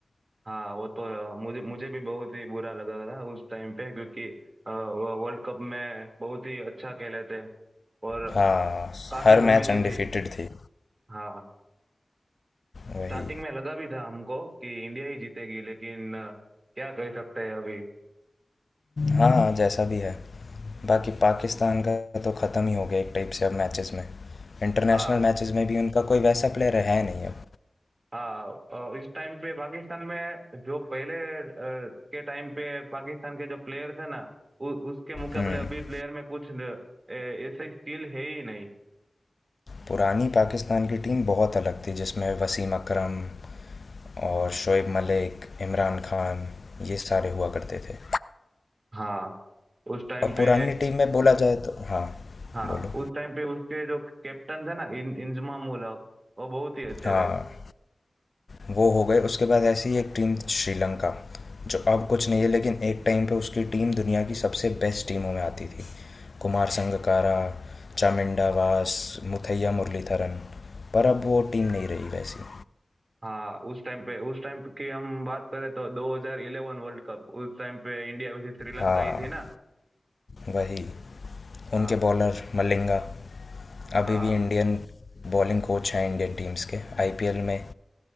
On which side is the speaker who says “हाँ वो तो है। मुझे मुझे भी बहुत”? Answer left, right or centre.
Right